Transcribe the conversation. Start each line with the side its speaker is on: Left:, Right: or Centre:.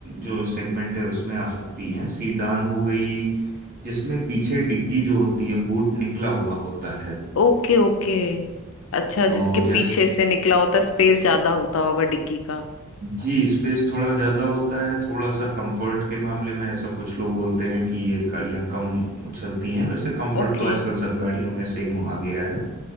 Right: जो सेगमेंट है उसमें आ सकती हैं सीडान हो गई जिसमें पीछे डिग्गी जो होती है बूट निकला हुआ होता है
Left: ओके ओके अच्छा
Right: तो
Left: जिसके पीछे
Right: जैसे
Left: से निकला होता स्पेस ज्यादा होता होगा डिक्की का
Right: जी स्पेस थोड़ा ज्यादा होता है थोड़ा सा कंफर्ट के मामले में ऐसा कुछ लोग बोलते हैं कि ये गाड़ियां कम उछलती हैं वैसे कंफर्ट
Left: ओके
Right: तो आजकल सब गाड़ियों में सेम आ गया है